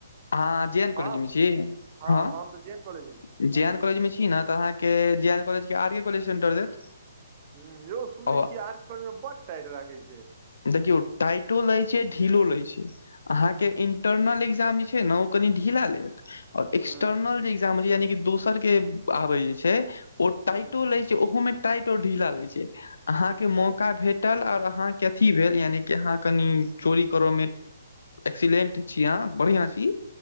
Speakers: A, on the left; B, on the right.
A: अहां- जे एन कालेजमे
B: हम
A: छी?
B: हँ
A: हँ-जे
B: हम तऽ जे एन कॉलेज मे छी
A: एन कालेज मे छी न तऽ अहाँ के जे एन कॉलेज के आर के कॉलेज सेंटर देत।
B: हं यौ सुनै
A: ओ
B: छीयै आरके कालेज में बड टाइट राखै छै।
A: देखियौ टाइटो लयछै ढिलो लै छै। अहाँके इंटरनल एक्जाम जे छै ने ओ कनी ढीला लेत आ एक्सटर्नल
B: ह
A: जे ए्ग्जाम जे हय छय यानि की दोसर के आबय जे छै ओ टाइटो
B: ह
A: लय छै ओहो में टाइट और ढीला लय छै, अहाँ के
B: अच्छा
A: मौका भेट टल और अहाँके अथी भेल यानि कि अहाँ कनि चोरी करऽ मे एक्सिलेंट छी अहाँ, बढ़ियां छी।